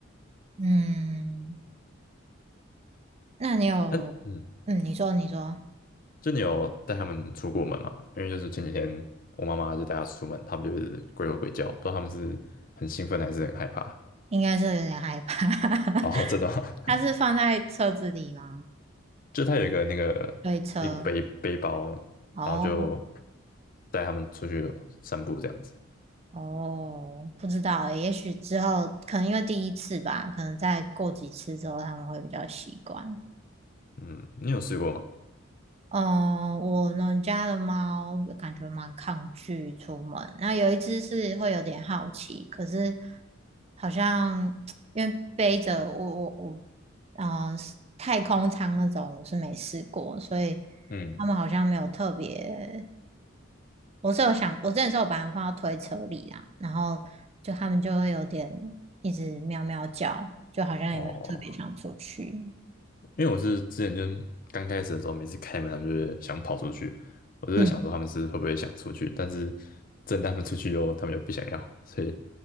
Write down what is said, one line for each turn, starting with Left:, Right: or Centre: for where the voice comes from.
Right: 嗯，那你有，
Left: 嗯嗯，
Right: 嗯，你说你说，
Left: 就你有带它们出过门吗？因为就是前几天我妈妈就带它出门，它们就是鬼吼鬼叫，不知道它们是很兴奋还是很害怕。
Right: 应该是有点害怕，<laughs>
Left: 哦，真的吗？<laughs>
Right: 它是放在车子里吗？
Left: 就它有一个那个一个背背包，
Right: 推车？哦
Left: 然后就带它们出去散步这样子。
Right: 哦，不知道欸也许之后可能因为第一次吧，可能再过几次之后他们会比较习惯。
Left: 嗯，你有试过吗？
Right: 嗯，我们家的猫感觉蛮抗拒出门。那有一只是会有点好奇，可是好像 <tsk> 因为背着我我我，嗯、呃，太空舱那种我是没试过，所以
Left: 嗯，
Right: 他们好像没有特别。我是有想，我之前是有把它们放到推车里啊，然后就他们就会有点一直喵喵叫，就好像也没有特别想出去。
Left: 哦。因为我是之前就是刚开始的时候，每次开门他们就是想跑出去，我就在想说他们是会不会想出去，
Right: 嗯。
Left: 但是真的他们出去以后，他们又不想要，所以